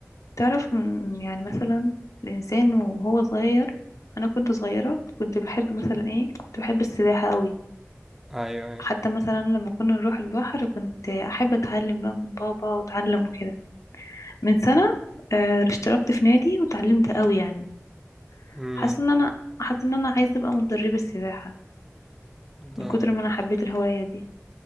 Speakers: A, on the left (about 80°); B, in the centre.
A: تعرف من- يعني مثلا الإنسان وهو صغير أنا كنت صغيرة كنت بحب مثلا إيه كنت بحب السباحة قوي
B: أيوه أيوه
A: حتى مثلا لما كنا نروح البحر كنت أحب أتعلم بقى من بابا وأتعلم وكده من سنة آه، اشتركت في نادي وتعلمت قوي يعني
B: أمم،
A: حاسة إن أنا حاسة إن أنا عايزة أبقى مدربة السباحة
B: ده
A: من كتر ما أنا حبيت الهواية دي